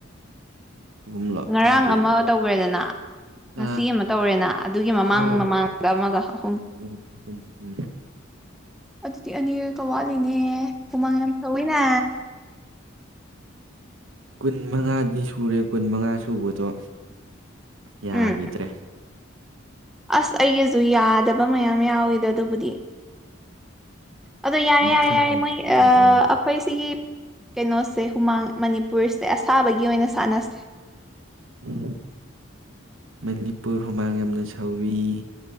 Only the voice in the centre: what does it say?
ꯉꯔꯥꯡ
ꯑꯃ
ꯇꯧꯕ꯭ꯔꯦꯗꯅ
ꯉꯁꯤ ꯑꯃ ꯇꯧꯔꯦꯅ ꯑꯗꯨꯒꯤ ꯃꯃꯥꯡ
ꯃꯃꯥꯡꯗ ꯑꯃꯒ ꯑꯍꯨꯝ
ꯑꯗꯨꯗꯤ ꯑꯅꯤꯔꯣꯏꯀ ꯋꯥꯠꯂꯤꯅꯦ ꯍꯨꯃꯥꯡ ꯌꯥꯝ ꯊꯧꯋꯤꯅꯦ
ꯎꯝ ꯑꯁ ꯑꯩꯒꯁꯨ ꯌꯥꯗꯕ ꯃꯌꯥꯝ ꯌꯥꯎꯋꯤꯗꯣ ꯑꯗꯨꯕꯨꯗꯤ ꯑꯗꯣ ꯌꯥꯔꯦ
ꯌꯥꯔꯦ ꯌꯥꯔꯦ ꯃꯣꯏ
ꯑꯩꯈꯣꯏ
ꯁꯤꯒꯤ ꯀꯩꯅꯣꯁꯦ ꯍꯨꯃꯥꯡ ꯃꯅꯤꯄꯨꯔꯁꯦ ꯑꯁꯥꯕꯒꯤ ꯑꯣꯏꯅ ꯁꯥꯟꯅꯁꯦ